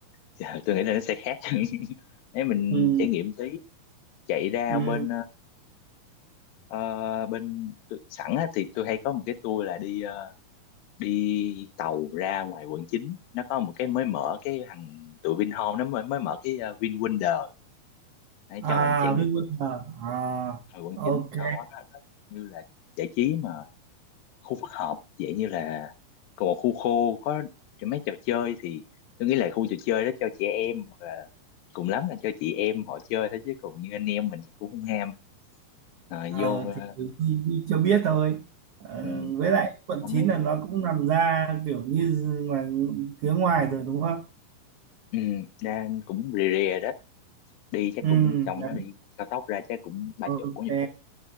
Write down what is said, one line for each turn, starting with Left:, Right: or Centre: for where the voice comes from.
Left: Dạ, tôi nghĩ là nó sẽ khác <laughs> nếu mình
Right: ừ.
Left: trải nghiệm tí chạy ra
Right: ừ.
Left: bên ờ, ờ, bên tôi- sẵn á, thì tôi hay có một cái tour là đi ờ, đi tàu ra ngoài quận 9 nó có một cái mới mở cái thằng tụi Vinhome nó mới mới mở cái uh, VinWonder để cho
Right: à
Left: bạn trải nghiệm
Right: Vinwonder à,
Left: ngoài quận chín
Right: ok
Left: nó, nó, nó như là giải trí mà khu phức hợp dạng như là còn một khu khô có mấy trò chơi thì tôi nghĩ là khu trò chơi đó cho trẻ em hoặc là cùng lắm là cho chị em họ chơi thôi chứ còn như anh em mình chắc cũng không ham à,
Right: Ờ,
Left: vô ờ,
Right: thì thì đi, đi cho biết thôi ờ,
Left: ừ,
Right: với lại quận
Left: có
Right: 9
Left: mấy
Right: là nó cũng nằm ra kiểu như ngoài phía ngoài rồi đúng không
Left: ừ, đang cũng rề rề đó đi chắc
Right: ừ
Left: cũng trong
Right: đấy
Left: đó đi cao tốc ra chắc cũng ba
Right: ok
Left: chục bốn mươi phút